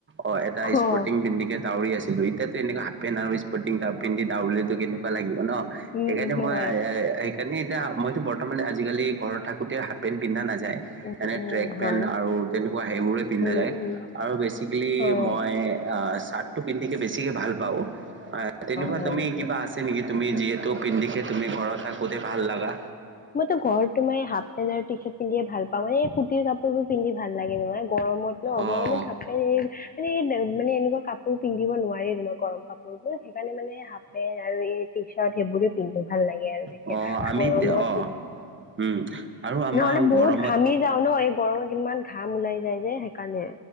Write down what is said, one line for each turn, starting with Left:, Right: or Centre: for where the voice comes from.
Right: অ', এটা স্পৰ্টিং
Left: অ',
Right: পিন্ধিকে দাউৰি আছি কিন্ত এতিয়াতো তেনেকুৱা হাফ পেণ্ট আৰু স্প'ৰ্টিং তাব পিন্ধি দাউৰিলেতো কেনেকুৱা লাগিব ন,
Left: উম,
Right: সেইকাৰণে
Left: উম,
Right: মই
Left: হয়,
Right: আই আই আইক এনে এতিয়া মইতো বৰ্তমান আজিকালি ঘৰত থাকোতে হাফ পেণ্ট পিন্ধা নাযায়।
Left: উম,
Right: এনে
Left: উম,
Right: ট্ৰেক
Left: হয়,
Right: পেন্ট আৰু তেনেকুৱা সেইবোৰে পিন্ধা
Left: উম,
Right: যায়।
Left: উম,
Right: আৰু বেচিকেলি
Left: হয়,
Right: মই অ', চাৰ্টটো পিন্ধিকে বেছিকে ভাল পাওঁ। অ', তেনেকুৱা
Left: হয়
Right: তুমি
Left: নেকি?
Right: কিবা আছে নেকি, তুমি যিহেতু পিন্ধিকে তুমি ঘৰত থাকোতে ভাল লাগা?
Left: মইতো ঘৰত তোমাৰ হাফ পেণ্ট আৰ টি চাৰ্ট পিন্ধিয়ে ভাল পাওঁ, এ কুটিৰ কাপোৰবোৰ পিন্ধি ভাল লাগে নহয়, গৰমত ন
Right: অ
Left: গৰমত হাফ মানে এনে মানে এনেকুৱা কাপোৰ পিন্ধিব নোৱাৰে ৰোমত। গৰম কাপোৰবোৰ, সেইকাৰণে মানে হাফ পেণ আৰু এই টি চাৰ্ট সেইবোৰ পিন্ধো ভাল লাগে আৰু তেতিয়া
Right: অ আমি
Left: গৰমত
Right: তে- অ
Left: উ,
Right: উম আৰু আমাৰ
Left: নহ'লে বহুত
Right: গৰমত
Left: ঘামি মি যাও ন, এই গৰমত ইমান ঘাম ওলাই যায় যে সেইকাৰণে।